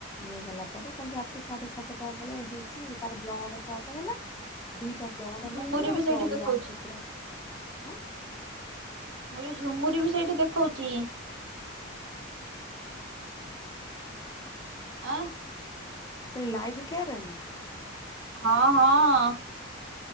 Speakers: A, on the left (about 15°); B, on the right (about 65°).
A: ନେଇଗଲା ପରେ କାଲି ରାତି ସାଢ଼େ ସାତଟା ବେଳେ ହେଇଛି, ତାର ବ୍ଲଡ଼୍ ସଟ୍ ହେଲା। ଦିଟା ବ୍ଲଡ଼
B: ଝୁମୁରି
A: ଲାଗିଲା,
B: ବି ସେଇଠି
A: ଜଳୀୟ
B: ଦେଖଉଛି
A: ଅଂଶ ପୁରା ଆଁ
B: ମୋରି ଝୁମୁରି ବି ସେଇଠି ଦେଖଉଛି। ଆଁ
A: ଲାଇଭ କେୟାରରେ ନା।
B: ହଁ ହଁ।